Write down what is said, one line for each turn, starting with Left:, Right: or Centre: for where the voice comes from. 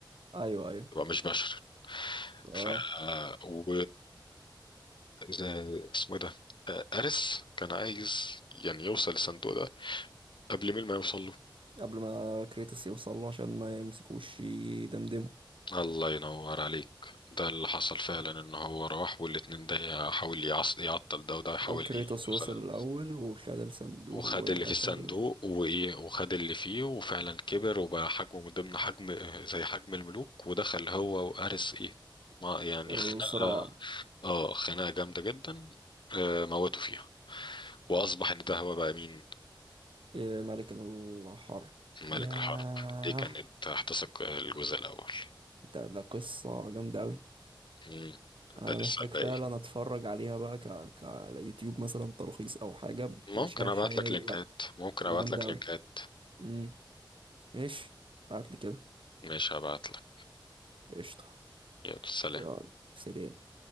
Right: ايوه ايوه
Left: يبقى مش بشر
Right: اه
Left: ف و زي- اسمه ايه ده آه، أرس كان عايز يعني يوصل للصندوق ده قبل مين ما يوصل له
Right: قبل ما كريتوس يوصل له عشان ما يمسكوش يدمدمه
Left: الله ينور عليك ده اللي حصل فعلا ان هو راح والاتنين ده يحاول يعص- يعطل ده وده يحاول
Right: وكريتوس
Left: ايه يوصل
Right: وصل
Left: ده.
Right: الاول وخد الصندوق
Left: وخد
Right: وقتل
Left: اللي في الصندوق وايه وخد اللي فيه وفعلا كبر وبقى حجمه من ضمن حجم زي حجم الملوك ودخل هو وأرس ايه ما يعني
Right: الصراع
Left: خناقة اه خناقة جامدة جدا آه، موته فيها وأصبح إن ده هو بقى مين
Right: إيه، ملك الحرب
Left: ملك
Right: ياه
Left: الحرب دي كانت هتثق الجزء الأول
Right: ده ده قصة جامدة أوي
Left: مم.
Right: أنا
Left: ده
Right: محتاج
Left: لسه الباقي
Right: فعلا أتفرج عليها بقى ك... كيوتيوب مثلا تلخيص أو حاجة
Left: ممكن
Right: بمشاهد
Left: أبعت
Right: حقيقية
Left: لك لينكات
Right: بقى
Left: ممكن
Right: تبقى
Left: أبعت
Right: جامدة
Left: لك
Right: أوي
Left: لينكات
Right: امم ماشي بعتلي كده
Left: ماشي هبعت لك
Right: قشطة
Left: يلا سلام
Right: يلا سلام